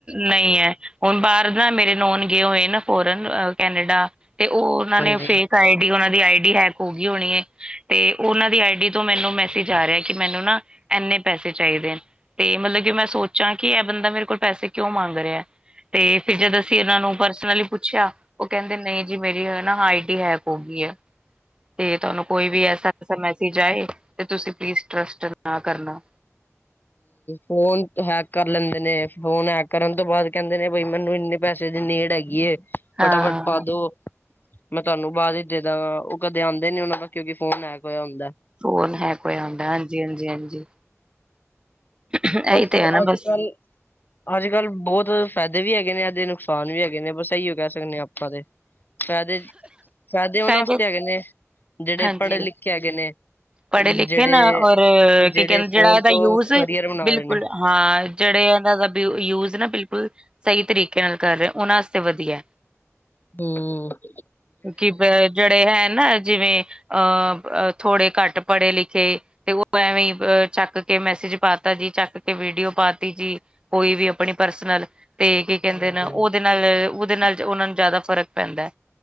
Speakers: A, on the right; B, on the left.
A: ਨਈਂ ਐ, ਹੁਣ ਬਾਰ ਨਾ ਮੇਰੇ ਨੋਨ ਗਏ ਹੋਏ ਨਾ ਫੋਰਨ ਕੈਨੇਡਾ ਤੇ ਓ ਓਨ੍ਹਾਂ
B: ਹਾਂਜੀ
A: ਨੇ ਫੇਕ ਆਈ ਡੀ, ਓਨ੍ਹਾਂ ਦੀ ਆਈ ਡੀ ਹੈਕ ਹੋ ਗੀ ਹੋਣੀ ਏ ਤੇ ਓਨਾਂ ਦੀ ਆਈਡ ਤੋਂ ਮੈਨੂੰ ਮੈਸੇਜ ਆ ਰਿਆ ਕਿ ਮੈਨੂੰ ਨਾ ਇੰਨੇ ਪੈਸੇ ਚਾਈਦੇ। ਤੇ ਮਤਲਬ ਕਿ ਮੈਂ ਸੋਚਾਂ ਕਿ ਏ ਬੰਦਾ ਮੇਰੇ ਕੋਲ ਪੈਸੇ ਕਿਉਂ ਮੰਗ ਰਿਆ ਤੇ ਫਿਰ ਜਦ ਅਸੀਂ ਓਨਾਂ ਨੂੰ ਪਰਸਨਲੀ ਪੁੱਛਿਆ, ਓ ਕੈਂਦੇ ਨਈਂ ਜੀ ਮੇਰੀ ਨਾ ਆਈਡੀ ਹੈਕ ਹੋ ਗੀ ਐ ਤੇ ਤਾਨੂੰ ਕੋਈ ਵੀ ਐਸਾ-ਵ ਐਸਾ ਮੈਸੇਜ ਆਏ ਤੇ ਤੁਸੀਂ ਪਲੀਜ਼ ਟਰਸਟ ਨਾ ਕਰਨਾ।
B: ਫੋਨ ਹੈਕ ਕਰ ਲੈਂਦੇ ਨੇ, ਫੋਨ ਹੈਕ ਕਰਨ ਤੋਂ ਬਾਅਦ ਕੈਂਦੇ ਨੇ ਬਈ ਮੈਨੂੰ ਇੰਨੇ ਪੈਸੇ ਦੀ ਨੀੜ ਹੈਗੀ ਏ
A: ਹਾਂ
B: ਫਟਾਫਟ ਪਾ ਦੋ। ਮੈਂ ਤੁਆਨੂੰ ਪਾਦੀ ਜਿਦਾਂ ਓ ਕਦੇ ਆਂਦੇ ਨੀ ਓਨਾਂ ਦਾ ਕਿਉਂਕਿ ਫੋਨ ਹੈਕ ਹੋਇਆ ਹੁੰਦਾ।
A: ਫੋਨ ਹੈਕ ਹੋਇਆ ਹੁੰਦਾ ਹਾਂਜੀ, ਹਾਂਜੀ, ਹਾਂਜੀ। ਇਹੀ
B: ਬਸ
A: ਤੇ ਹੈ ਨਾ
B: ਅੱਜ-ਕਲ।
A: ਬਸ
B: ਅੱਜ-ਕਲ ਬੋਤ ਫੈਦੇ ਵੀ ਹੈਗੇ ਨੇ ਏਦੇ, ਨੁਕਸਾਨ ਵੀ ਹੈਗੇ ਨੇ, ਬਸ ਇਉ ਕੈਅ ਸਕਣੇ ਆਪਾਂ ਤੇ। ਫੈਦੇ, ਫੈਦੇ ਓਨਾਂ
A: ਸ਼ਾਇਦ
B: ਵਾਸਤੇ ਹੈਗੇ ਨੇ, ਜੇੜੇ
A: ਹਾਂਜੀ
B: ਪੜ੍ਹੇ ਲਿਖੇ ਹੈਗੇ ਨੇ।
A: ਪੜ੍ਹੇ ਲਿਖੇ
B: ਜਿਹੜੇ
A: ਨਾ ਔਰ,
B: ਜਿਹੜੇ
A: ਕੀ ਕੈਂਦੇ ਜੇੜਾ
B: ਫੋਨ
A: ਏਦਾ
B: ਤੋਂ
A: ਯੂਜ਼
B: ਕਰੀਅਰ ਬਣਾ
A: ਬਿਲਕੁਲ
B: ਰਹੇ ਨੇ
A: ਹਾਂ, ਜੇੜੇ ਓਨਾਂ ਦਾ ਬ ਯੂਜ਼ ਨਾਂ ਬਿਲਕੁਲ ਸਈ ਤਰੀਕੇ ਨਾਲ ਕਰ ਰੇ, ਓਨਾਂ ਵਾਸਤੇ ਵਧੀਆ।
B: ਹਂ।
A: ਕਿ ਬ ਜੇੜੇ ਹੈ ਨਾ ਜਿਵੇਂ ਅ ਥੋੜੇ ਘੱਟ ਪੜ੍ਹੇ ਲਿਖੇ ਤੇ ਓ ਐਵੇਂ ਈਂ ਚੱਕ ਕੇ ਮੈਸੇਜ ਪਾਤਾ ਜੀ, ਚੱਕ ਕੇ ਵੀਡੀਓ ਪਾਤੀ ਜੀ। ਕੋਈ ਵੀ ਆਪਣੀ ਪਰਸਨਲ ਤੇ ਕੀ ਕੈਂਦੇ
B: ਹਾਂਜੀ
A: ਨੇ ਓਦੇ ਨਾਲ, ਓਦੇ ਨਾਲ ਓਨਾਂ ਨੂੰ ਜ਼ਿਆਦਾ ਫ਼ਰਕ ਪੈਂਦਾ।